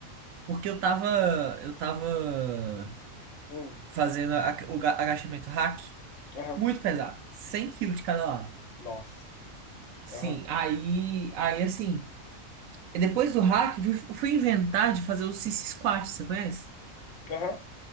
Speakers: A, on the right; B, on the left.
A: porque eu tava, eu tava
B: Hum,
A: fazendo a- o ga- agachamento hack
B: aham,
A: muito pesado, 100 quilos de cada lado.
B: nossa,
A: Sim,
B: aham.
A: aí, aí assim, depois do hack, eu fui, eu fui inventar de fazer o sissy squat, você conhece?
B: Aham.